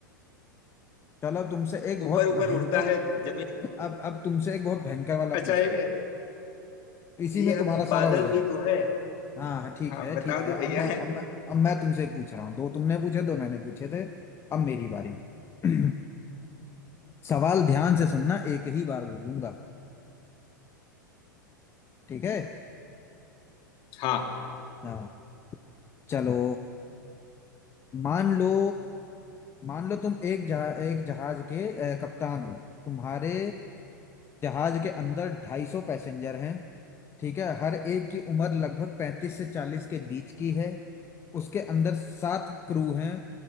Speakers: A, on the left (about 25°); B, on the left (about 45°).
A: चलो तुमसे एक
B: ऊपर
A: बहुत
B: ऊपर
A: भयंकर
B: उड़ता है जमीन
A: अब अब तुमसे एक बहुत भयंकर वाला
B: अच्छा
A: पूछ
B: ये-
A: लो इसी में
B: यह
A: तुम्हारा सारा
B: बादल
A: हो जाएगा
B: भी तो है
A: हाँ हाँ, ठीक
B: हाँ
A: है
B: बता
A: ठीक
B: दो
A: है
B: भैया
A: अब मैं
B: है
A: अब मैं अब मैं तुमसे एक पूछ रहा हूँ दो तुमने पूछे दो मैंने पूछे थे अब मेरी बारी <clears throat> सवाल ध्यान से सुनना एक ही बार बोलूंगा ठीक है
B: हाँ
A: हाँ चलो मान लो मान लो तुम एक जहा, एक जहाज के अ, कप्तान हो तुम्हारे जहाज के अंदर 250 पैसेंजर हैं ठीक है हर एक की उम्र लगभग 35 से 40 के बीच की है उसके अंदर सात क्रू हैं